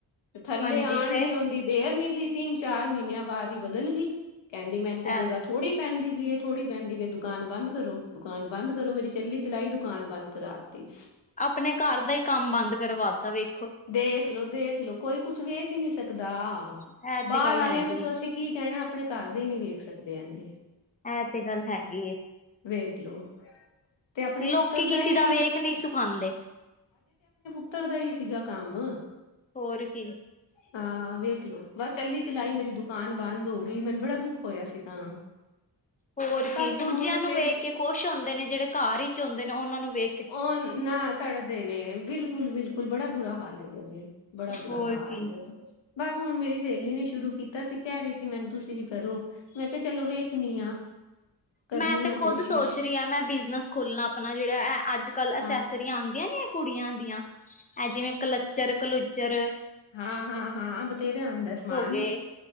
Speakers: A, on the left; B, on the left.
A: ਥੱਲੇ
B: ਹਾਂਜੀ
A: ਆਣ
B: ਫੇਰ
A: ਦੀ ਆਉਂਦੀ ਦੇਰ ਨੀ ਸੀ, ਤਿੰਨ ਚਾਰ ਮਹੀਨਿਆਂ ਬਾਅਦ ਹੀ ਬਦਲ ਗਈ। ਕਹਿੰਦੀ ਮੈਨੂੰ ਤੇ
B: ਐ
A: ਜਗ੍ਹਾ ਥੋੜੀ ਪੈਂਦੀ ਪਈ ਥੋੜ੍ਹੀ ਪੈਂਦੀ ਪਈ ਦੁਕਾਨ ਬੰਦ ਕਰੋ ਦੁਕਾਨ ਬੰਦ ਕਰੋ ਮੇਰੀ ਚੱਲੀ ਚਲਾਈ ਦੁਕਾਨ ਬੰਦ ਕਰਾ ਤੀ।
B: ਆਪਣੇ ਘਰ ਦਾ ਹੀ ਕੰਮ ਬੰਦ ਕਰਵਾਤਾ ਵੇ
A: ਦੇਖਲੋ, ਦੇਖਲੋ ਕੋਈ ਕੁਛ ਵੇਖ ਹੀ ਨਹੀਂ ਸਕਦਾ,
B: ਇਹ
A: ਬਾਹਰ
B: ਤੇ ਗੱਲ
A: ਵਾਲਿਆਂ
B: ਹੈਗੀ
A: ਨੂੰ ਤਾਂ
B: ਏ।
A: ਅਸੀਂ ਕੀ ਕਹਿਣਾ ਆਪਣੇ ਘਰ ਦੇ ਹੀ ਨਹੀਂ ਵੇਖ ਸਕਦੇ ਹੈਗੇ।
B: ਇਹ ਤੇ ਗੱਲ ਹੈਗੀ ਏ।
A: ਵੇਖ ਲੋ। ਤੇ ਆਪਣੇ ਪੁੱਤਰ
B: ਲੋਕੀ ਕਿਸੀ
A: ਹੀ
B: ਦਾ ਵੇਖ ਨੀ ਸੁਖਾਂਦੇ।
A: ਇਦਰ ਦਾ ਈ ਸੀਗਾ ਕੰਮ।
B: ਹੋਰ ਕੀ।
A: ਹਾਂ, ਵੇਖਲੋ ਬਸ ਚਲੀ ਚਲਾਈ ਮੇਰੀ ਦੁਕਾਨ ਬੰਦ ਹੋਗੀ ਮੈਨੂੰ ਬੜਾ ਦੁੱਖ ਹੋਇਆ ਸੀ ਤਾਂ
B: ਹੋਰ ਕੀ
A: ਬਸ
B: ਦੂਜਿਆਂ
A: ਹੁਣ
B: ਨੂੰ
A: ਫੇਰ
B: ਵੇਖ ਕੇ ਖੁਸ਼ ਹੁੰਦੇ ਨੇ ਜਿਹੜੇ ਘਰ ਈ ਚ ਹੁੰਦੇ ਨੇ ਓਨਾਂ ਨੂੰ ਵੇ
A: ਓ ਨਾ ਸੜ ਦੇ ਨੇ ਬਿਲਕੁੱਲ-ਬਿਲਕੁੱਲ ਬੜਾ ਬੁਰਾ ਹਾਲ ਹੈਗਾ ਜੇ ਬੜਾ ਬੁਰਾ
B: ਹੋਰ
A: ਹਾਲ
B: ਕੀ
A: ਬਸ ਹੁਣ ਮੇਰੀ ਸੇਲੀ ਨੇ ਸ਼ੁਰੂ ਕੀਤਾ ਸੀ ਕੈਰੀ ਸੀ ਮੈਨੂੰ ਤੁਸੀਂ ਵੀ ਕਰੋ। ਮੈਂ ਕਿਹਾ ਚਲੋ ਵੇਖਣੀ ਆ। ਕਰਨੀ
B: ਮੈਂ ਤੇ
A: ਆ
B: ਖੁਦ
A: ਕੋਸ਼ਿਸ਼
B: ਸੋਚਰੀ ਆ। ਮੈਂ ਬਿਜਨਸ ਖੋਲਣਾ ਆਪਣਾ ਜੇੜਾ ਅੱਜ ਕੱਲ, ਅਸੇਸ
A: ਹਾਂ
B: ਦੀ ਆਂਦੀਆਂ ਨੀ ਹੈ, ਕੁੜੀਆਂ ਦੀਆਂ। ਐ ਜਿਵੇਂ ਕਲੱਚਰ, - ਕਲੁਚਰ।
A: ਹਾਂ-ਹਾਂ, ਹਾਂ। ਹਾਂ ਬਥੇਰੇ ਆਂਦਾ ਸਮਾਨ।
B: ਗਏ